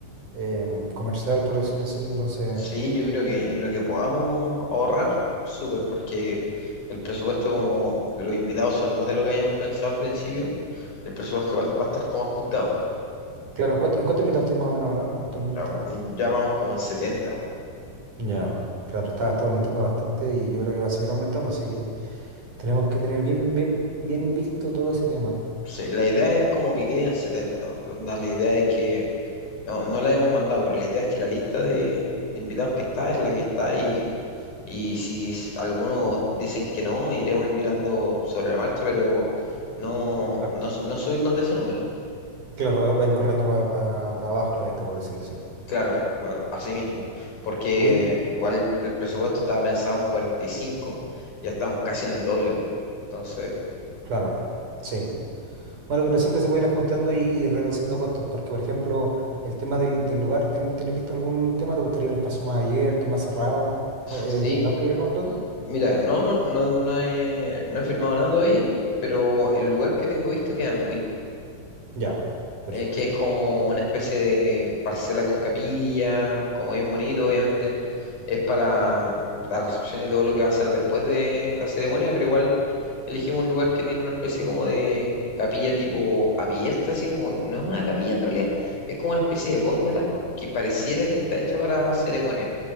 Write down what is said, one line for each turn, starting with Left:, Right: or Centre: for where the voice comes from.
Right: em, comercial, por decirlo así, entonces,
Left: Sí, yo creo que en lo que podamos ahorrar, súper, porque el presupuesto, como los invitados son más de lo que habíamos pensado al principio. El presupuesto va, va a estar como ajustado.
Right: claro, ¿en cuánto, en cuánto invitados estáis más o menos ahora actualmente?
Left: Ah, Ya vamos como en 70 weón.
Right: Ya, claro, está, está aumentando bastante y yo creo que va a seguir aumentando, así que tenemos que tener bien, bien, bien visto todo ese tema.
Left: Sí, la idea es como que quede en 70. onda, la idea es que, no, no la hemos mandado, pero la idea es que la lista de, de invitados que está es la que está y, y si s- algunos dicen que no, iremos invitando sobre la marcha, pero no,
Right: Claro,
Left: no, no subirnos de ese número.
Right: Claro, va va a ir corriendo pa- para, para abajo la lista, por decirlo así.
Left: Claro, va- así mismo, porque
Right: Hoy,
Left: igual el, el presupuesto estaba pensado en cuarenta y cinco ya estamos casi en el doble. Entonces...
Right: claro, sí. Bueno, pero siempre se puede ir ajustando y, y reduciendo costos, porque por ejemplo, el tema del, del lugar, ¿ten- ¿tienes visto algún tema? ¿Te gustaría un espacio más abierto, más cerrado? Co- eh,
Left: Sí,
Right: ¿Cerraste ya el contrato?
Left: Mira, no, no, no, no he, no he firmado nada todavía, pero el lugar que tengo visto queda en Buin,
Right: Ya, perfecto.
Left: eh, que es como una especie de parcela con capilla, como bien bonito, obviamente es para la recepción y todo lo que va a ser después de la ceremonia, pero igual elegimos un lugar que tiene una especie como de capilla tipo abierta, así como, no es una capilla en realidad, es como una especie de góndola que pareciera que está hecha para ceremonia,